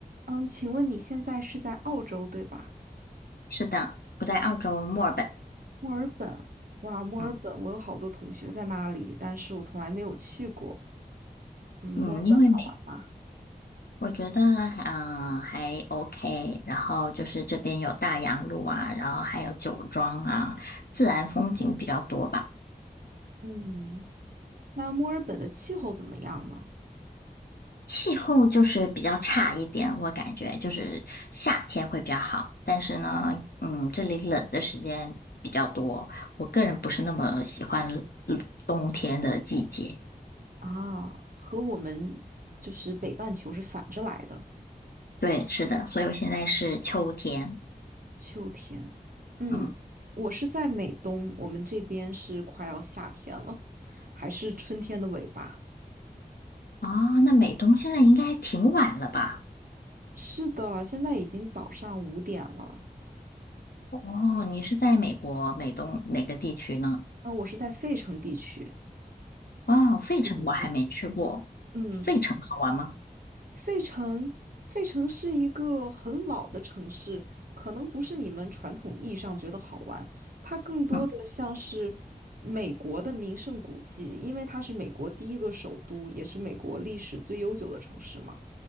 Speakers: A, on the right (about 65°); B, on the left (about 85°).
A: 嗯，请问你现在是在澳洲对吧？
B: 是的，我在澳洲墨尔本。
A: 墨尔本，哇，墨尔本，
B: 嗯
A: 我有好多同学在那里，但是我从来没有去过。嗯，
B: 嗯，
A: 墨尔本好玩吗？
B: 因为美，我觉得啊、呃还 OK，然后就是这边有大洋路啊，然后还有酒庄啊，自然风景比较多吧。
A: 嗯，那墨尔本的气候怎么样呢？
B: 气候就是比较差一点，我感觉就是夏天会比较好，但是呢，嗯，这里冷的时间比较多，我个人不是那么喜欢嗯冬天的季节。
A: 啊，和我们就是北半球是反着来的，
B: 对，是的，所以我现在是秋天。
A: 秋天。嗯，
B: 嗯。
A: 我是在美东，我们这边是快要夏天了，还是春天的尾巴。
B: 哦，那美东现在应该挺晚了吧？
A: 是的，现在已经早上五点了。
B: 哦，你是在美国美东哪个地区呢？
A: 嗯，我是在费城地区，
B: 哦，费城我还没去过，
A: 纽约。嗯。
B: 费城好玩吗？
A: 费城，费城是一个很老的城市，可能不是你们传统意义上觉得好玩，它更多的像是美国的名胜古迹，
B: 嗯
A: 因为它是美国第一个首都，也是美国历史最悠久的城市嘛，